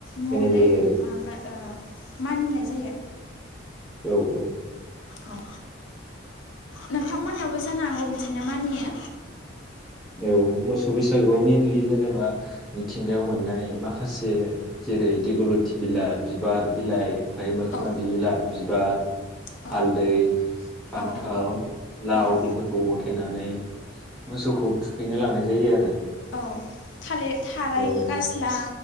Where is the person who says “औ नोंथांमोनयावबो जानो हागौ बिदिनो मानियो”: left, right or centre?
Left